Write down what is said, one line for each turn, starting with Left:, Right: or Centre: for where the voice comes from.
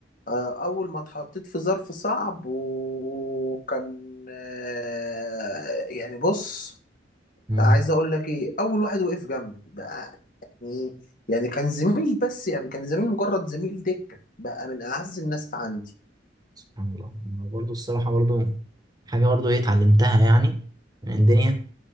Left: آه، اول ما اتحطيت في ظرف صعب وكان آه، يعني بص
Right: مم.
Left: عايز اقول لك ايه اول واحد وقف جنبي ده مم. يعني كان زميل بس يعني كان زميل مجرد زميل دكة بقى من أعز الناس عندي
Right: سبحان الله برضه الصراحة برضه حاجة برضو ايه اتعلمتها يعني من الدنيا